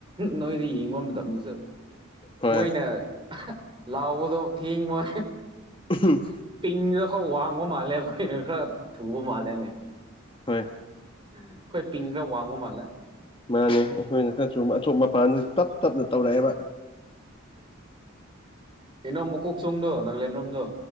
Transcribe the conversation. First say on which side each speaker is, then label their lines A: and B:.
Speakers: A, on the right; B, on the left.
A: ꯅꯣꯏꯗ ꯌꯦꯡꯉꯨꯕ ꯃꯇꯝꯗꯁꯨ
B: ꯍꯣꯏ
A: ꯃꯣꯏꯅ ꯂꯥꯎꯕꯗꯣ ꯊꯦꯡꯕ
B: ꯎꯝ
A: ꯄꯤꯡꯗ ꯑꯩꯈꯣꯏ ꯋꯥꯡꯕ ꯃꯥꯜꯂꯦ ꯑꯩꯈꯣꯏ ꯈꯔ ꯊꯨꯕ ꯃꯥꯜꯂꯦꯅꯦ
B: ꯍꯣꯏ
A: ꯑꯩꯈꯣꯏ ꯄꯤꯡ ꯈꯔ ꯋꯥꯡꯕ ꯃꯥꯜꯂꯦ
B: ꯃꯥꯅꯦ ꯑꯩꯈꯣꯏꯅ ꯈꯔꯁꯨ ꯑꯆꯣꯞ ꯃꯄꯥꯟꯗꯁꯨ ꯇꯞ ꯇꯞꯅ ꯇꯧꯔꯛꯑꯦꯕ
A: ꯀꯩꯅꯣ ꯃꯨꯀꯣꯛ ꯆꯣꯡꯗꯣ ꯅꯀꯂꯦꯟ ꯔꯣꯝꯗꯣ